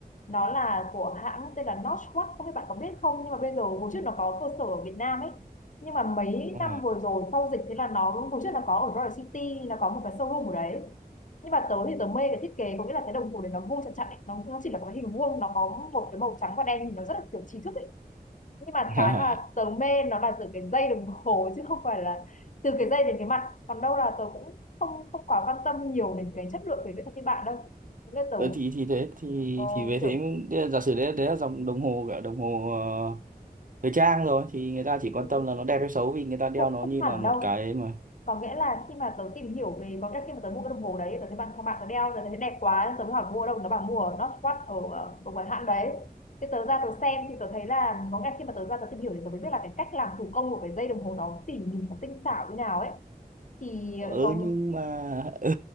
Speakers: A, on the left; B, on the right.
A: nó là của hãng tên là Notch Watch không biết bạn có biết không nhưng mà bây giờ hồi trước nó có cơ sở ở Việt Nam ấy nhưng mà mấy
B: ờ.
A: năm vừa rồi sau dịch thế là nó hồi trước là có ở Royal City là có một cái showroom ở đấy nhưng mà tớ thì tớ mê cái thiết kế có nghĩa là cái đồng hồ đấy nó vuông chặt chặt ấy. Nó, nó chỉ là một cái hình vuông nó có một cái màu trắng và đen nhìn nó rất là kiểu trí thức ấy nhưng mà
B: <laughs>
A: cái mà tớ mê nó là từ cái dây đồng hồ <laughs> chứ không phải là từ cái dây đến cái mặt còn đâu là tớ cũng không không quá quan tâm nhiều đến cái chất lượng về kỹ thuật như bạn đâu nên tớ
B: đấy thì thì thế thì
A: ờ,
B: thì về thế
A: kiểu
B: đấy là giả sử đấy đấy là dòng đồng hồ gọi là đồng hồ ờ, thời trang rồi thì người ta chỉ quan
A: ừ,
B: tâm là nó đẹp hay xấu vì người ta đeo
A: cũng
B: nó
A: không
B: như
A: hẳn
B: là một
A: đâu
B: cái mà
A: có nghĩa là khi mà tớ tìm hiểu về có nghĩa là khi mà tớ mua cái đồng hồ đấy tớ thấy bạn các bạn tớ đeo rồi tớ thấy đẹp quá tớ mới hỏi mua ở đâu nó bảo mua ở Northwest ở ở một cái hãng đấy thì tớ ra tớ xem thì tớ thấy là có nghĩa là khi mà tớ ra tớ tìm hiểu thì tớ mới biết là cái cách làm thủ công của cái dây đồng hồ đó tỉ mỉ và tinh xảo như nào ấy thì
B: ừ
A: có
B: nhưng mà <laughs> ừ,